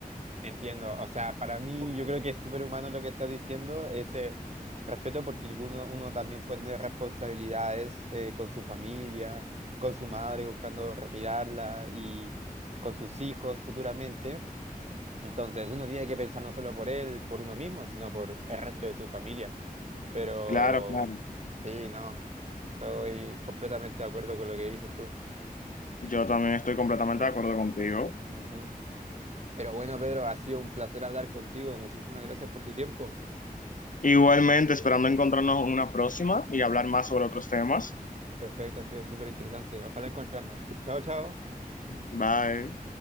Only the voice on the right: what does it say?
Entiendo, o sea, para mí yo creo que es súper humano lo que estás diciendo, ese respeto porque uno, uno también puede tener responsabilidades eh, con su familia, con su madre buscando retirarla y con sus hijos futuramente. Entonces uno tiene que pensar no solo por él, por uno mismo, sino por el resto de su familia. Pero
sí, no, estoy completamente de acuerdo con lo que dices tú.
Ujú. Pero bueno, Pedro, ha sido un placer hablar contigo. Muchísimas gracias por tu tiempo.
Perfecto, ha sido súper interesante. Ojalá encontrarnos. Chao, chao.